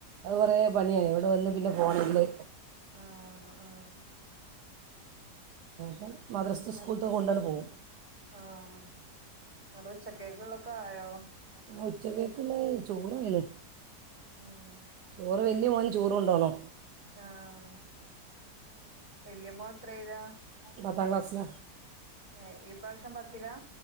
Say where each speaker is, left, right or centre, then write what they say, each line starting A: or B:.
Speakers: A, on the right; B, on the right.
A: അത് കുറേ പണിയായി ഇവിടെ വന്ന് പിന്നെ പോകണെങ്കില്
B: ആഹ് ആഹ്
A: ഞൾ മദ്രസ്
B: അങ്ങനെ
A: സ്കൂളത്തൊക്കെ കൊണ്ടാണ്ട് പോവും
B: ആഹ് അടെ ഉച്ചകേക്കുളൊക്കെ ആയോ?
A: ആ ഉച്ചകേക്കുള്ള ചോറായിന്
B: ഉം
A: ചോറ് വല്യ മോന് ചോറണ്ടോണോ?
B: ആഹ് വല്യമ്മോൻ എത്രെലാ?
A: പത്താം ക്ലാസില
B: ഏഹ് ഈ പ്രാവശ്യം പത്തിലാ